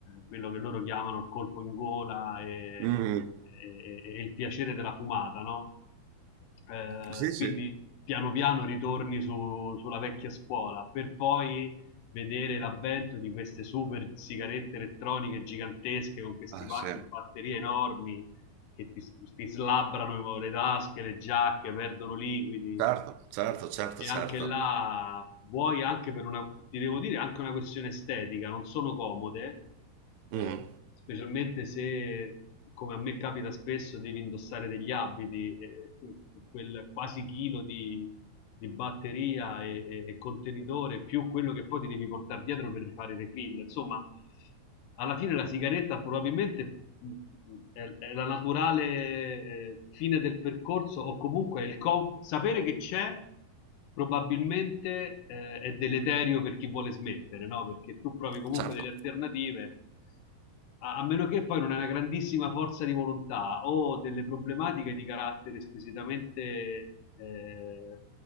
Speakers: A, on the left (about 80°); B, on the right (about 85°).
A: quello che loro chiamano il colpo in gola e,
B: Mm,
A: e- e il piacere della fumata, no? Eh,
B: sì, sì.
A: quindi piano piano ritorni su- sulla vecchia scuola per poi vedere l'avvento di queste super sigarette elettroniche gigantesche con questi
B: Ah,
A: pacchi
B: sì.
A: di batterie enormi che ti, ti slabbrano le tasche, le giacche, perdono liquidi.
B: Certo, certo, certo,
A: E
B: certo.
A: anche là, vuoi anche per una, ti devo dire, anche una questione estetica, non sono comode, eh,
B: Mm,
A: specialmente se, come a me capita spesso, devi indossare degli abiti, eh, quel quasi chilo di, di batteria e, e- e contenitore più quello che poi ti devi portare dietro per rifare i refill. Insomma, alla fine la sigaretta probabilmente mh, è, è la naturale eh, fine del percorso o comunque il com- sapere che c'è probabilmente eh, è deleterio per chi vuole smettere, no? Perché tu provi comunque
B: certo,
A: delle alternative a, a meno che poi non hai una grandissima forza di volontà o delle problematiche di carattere squisitamente eh, eh,